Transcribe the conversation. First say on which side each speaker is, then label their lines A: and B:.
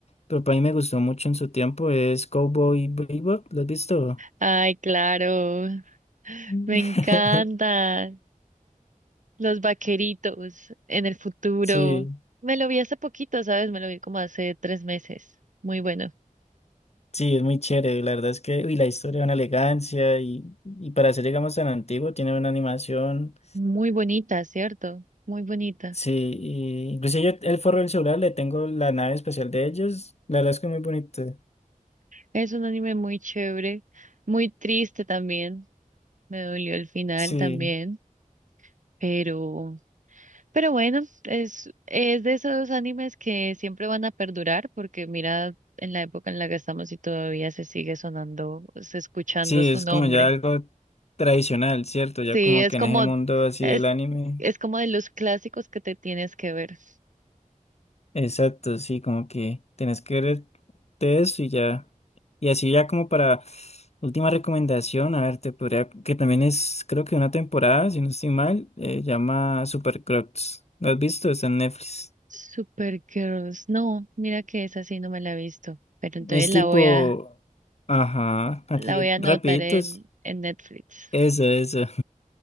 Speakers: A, on the left; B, on the right.
A: pero para mí me gustó mucho en su tiempo, es Cowboy Bebop, ¿lo has visto?
B: Ay, claro,
A: Mm.
B: me encanta.
A: <laughs>
B: Los vaqueritos en el futuro.
A: Sí,
B: Me lo vi hace poquito, ¿sabes? Me lo vi como hace tres meses. Muy bueno.
A: sí, es muy chévere, la verdad es que, uy, la historia de una elegancia y, y para ser, digamos, tan antiguo, tiene una animación,
B: Muy bonita, ¿cierto? Muy bonita.
A: sí, y incluso yo el forro del celular le tengo la nave especial de ellos, la verdad es que es muy bonito,
B: Es un anime muy chévere, muy triste también. Me dolió el final
A: sí.
B: también, pero, pero bueno, es, es de esos animes que siempre van a perdurar, porque mira en la época en la que estamos y todavía se sigue sonando, se escuchando
A: Sí,
B: su
A: es
B: nombre.
A: como ya algo tradicional, ¿cierto?
B: Sí,
A: Ya como
B: es
A: que
B: como,
A: en ese mundo así
B: es,
A: del anime.
B: es como de los clásicos que te tienes que ver.
A: Exacto, sí, como que tenés que ver de eso y ya. Y así ya como para última recomendación, a ver, te podría, que también es, creo que una temporada, si no estoy mal, eh, llama Super Crocs. ¿Lo has visto? Está en Netflix.
B: Supergirls, no, mira que esa sí no me la he visto, pero entonces
A: Es
B: la
A: tipo,
B: voy a,
A: ajá, aquí
B: la voy a anotar
A: rapidito
B: en,
A: es
B: en Netflix.
A: eso, eso. <laughs>